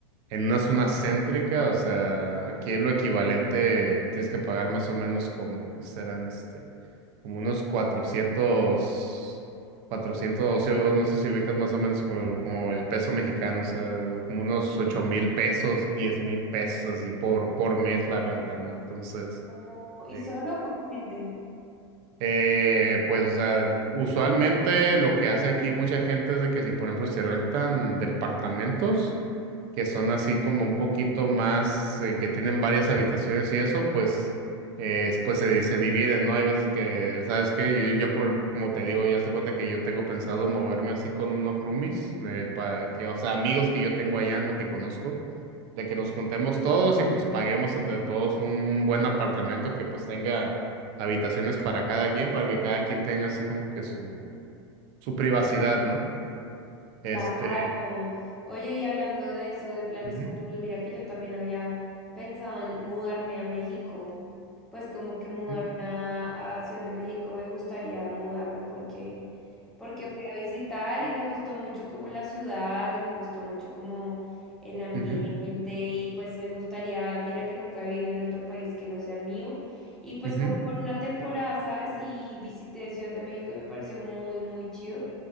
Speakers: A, on the right; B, in the centre.
A: en una zona céntrica, o sea, aquí es lo equivalente, tienes que pagar más o menos como que serán este. como unos 400 cuatrocientos no sé si ubicas más o menos como, como el peso mexicano, o sea, como unos
B: Sí.
A: ocho mil pesos, diez mil pesos así por, por mes la renta, ¿no? Entonces,
B: Oh, ¿Y
A: ahí,
B: solo con gente?
A: eh, pues, o sea, usualmente lo que hace aquí mucha gente es de que si, por ejemplo, se rentan departamentos que son así como un poquito más, eh, que tienen varias habitaciones y eso, pues, eh, pues se, se dividen, ¿no? Hay veces que, ¿sabes qué? Yo, yo por, como te digo, ya se cuenta que yo tengo pensado moverme así con unos roomies, eh, para que, o sea, amigos que yo tengo allá, no que conozco, de que nos juntemos todos y pues paguemos entre todos un, un buen apartamento que pues tenga habitaciones para cada quien, para que cada quien tenga así como que su, su privacidad, ¿no?
B: Claro.
A: Este.
B: Oye, y hablando de eso, de planes
A: ujú,
B: futuros, mira que yo también había pensado en mudarme a México. Pues como que mudarme
A: ujú,
B: a, a Ciudad de México me gustaría mudarme porque, porque fui a visitar y me gustó mucho como la ciudad y me gustó mucho como el ambiente
A: ujú,
B: y pues me gustaría, mira que nunca he vivido en otro país que no sea el mío y pues
A: ujú,
B: como
A: ujú.
B: por una temporada, ¿sabes? Y visité Ciudad de México y me pareció muy, muy chido.